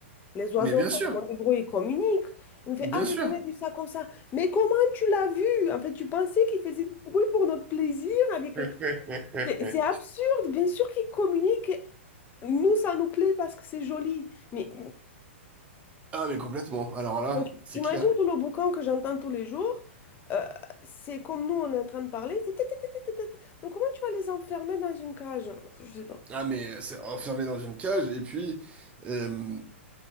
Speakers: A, on the left; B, on the right.
A: Les oiseaux,
B: Mais bien sûr,
A: quand ils font du bruit, ils communiquent. Il me fait,
B: bien
A: ah,
B: sûr.
A: j'ai jamais vu ça comme ça. Mais comment tu l'as vu? En fait, tu pensais qu'ils faisaient du bruit pour notre plaisir? Avec...
B: <laughs>
A: C'est c'est absurde. Bien sûr qu'ils communiquent. Nous, ça nous plaît parce que c'est joli. Mais
B: Ah mais complètement. Alors là,
A: donc,
B: c'est
A: imagine
B: clair.
A: tout le boucan que j'entends tous les jours. euh, c'est comme nous, on est en train de parler. c'est tut, tut, tut, tut, tut. Donc, comment tu vas les enfermer dans une cage? Je sais pas.
B: Ah mais c'est enfermé dans une cage et puis euh,